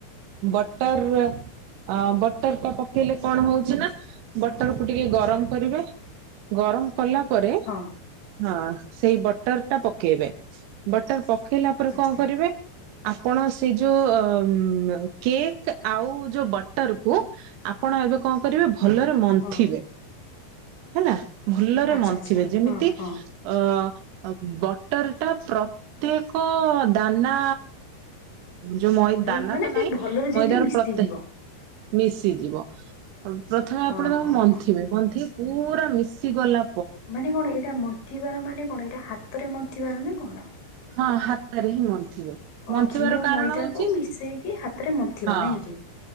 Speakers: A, on the right (about 75°); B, on the left (about 80°).
A: ବଟର ବଟର ଟା ପକେଇଲେ କଣ ହଉଛି ନା ବଟର କୁ ଟିକେ ଗ ଗରମ କରିବେ ଗରମ କଲା ପରେ
B: ହଁ
A: ହଁ ସେଇ ବଟର ଟା ପକେଇବେ ବଟର ପକେଇଲା ପରେ
B: ଆଚ୍ଛା
A: କଣ କରିବେ ଆପଣ ସେ ଯୋଉ କେକ୍ ଆଉ ଯୋଉ ବଟରକୁ ଆପଣ ଏବେ କଣ କରିବେ ଭଲରେ ମନ୍ଥିବେ।
B: ହଁ
A: ହେଲା ଭଲରେ
B: ଆଚ୍ଛା
A: ମନ୍ଥିବେ
B: ଆଚ୍ଛା
A: ଯେମିତି
B: ହଁ ହଁ
A: ଅ ବଟର ଟା ପ୍ରତ୍ୟେକ ଦାନା ଯୋଉ ମଇ
B: ରେ
A: ଦାନା
B: ମାନେ
A: ତ
B: ସେ
A: ନାଇଁ
B: ଭଲରେ ଯେମିତି
A: ମଇଦାର
B: ମିଶିଯିବ
A: ପ୍ରତ୍ୟେ ମିଶିଯିବ ପ୍ରଥମେ ଆପଣ
B: ହଁ
A: ତାଙ୍କୁ
B: ହଁ
A: ମନ୍ଥିବେ
B: ହଁ
A: ମନ୍ଥି ପୁରା ମିଶିଗଲା
B: ମାନେ କଣ ଏଇଟା ମନ୍ଥିବାର ମାନେ କଣ ଏଇଟା ହାତରେ ମନ୍ଥିବାର ନା କଣ?
A: ହଁ ହାତରେ ହିଁ ମନ୍ଥିବେ।
B: ଓ
A: ମନ୍ଥିବାର
B: ଘିଅ ମଇଦାକୁ
A: କାରଣ ହଉଛି
B: ମିଶେଇକି ହାତରେ ମନ୍ଥଥିବା
A: ହଁ
B: ନାଇକି।